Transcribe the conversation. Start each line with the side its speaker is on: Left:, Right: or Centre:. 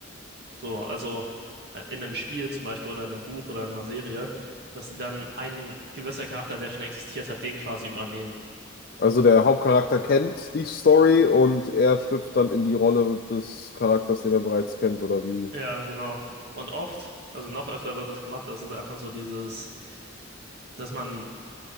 Right: So, also äh, in einem Spiel zum Beispiel oder in einem Buch oder in einer Serie, dass die dann ein gewisser Charakter, der schon existiert hat, den quasi übernehmen.
Left: Also der Hauptcharakter kennt die Story und er schlüpft dann in die Rolle des Charakters, den er bereits kennt, oder wie?
Right: Ja, genau. Und oft, also noch öfter wird das gemacht, das ist einfach so dieses, dass man,